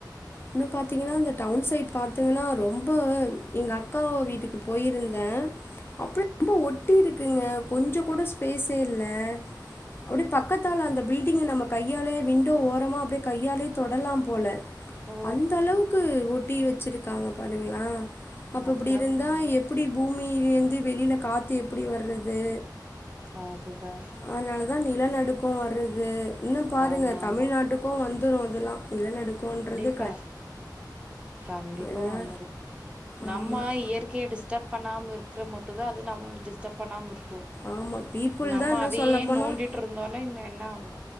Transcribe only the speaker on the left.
இன்னு பாத்தீங்னா இந்த டவுன் சைட் பாத்தீங்னா ரொம்ப வ்வே எங்க அக்காவ் வீட்டுக்கு போயிருந்தே அப்டியே ரொம்ப ஒட்டி இருக்குங்க கொஞ்சோ கூட ஸ்பேஸே இல்ல அப்டியை பக்கத்தால அந்த பில்டிங்க நம்ம கையாலே விண்டோ ஓரமா அப்டியே கையாலே தொடலா போல
அந்த அளவுக்கு ஒட்டி வச்சிருக்காங்க பாருங்ளே அப்ப
இப்டி இருந்தா
எப் டி பூமியிலேருந்து வெளில காத்து எப்டி வர்றது
அதனால தா நிலநடுக்கோ வர்றது இன்னு பாருங்க
தமிழ்நாட்டுக்
கு வந்துடு அதெல்லா நிலநடுக்கோன்றது
எல்லா
ஆமாம்
ஆமாம் பீப்புள்
தான் இன்னும்
சொல்லப்போனால்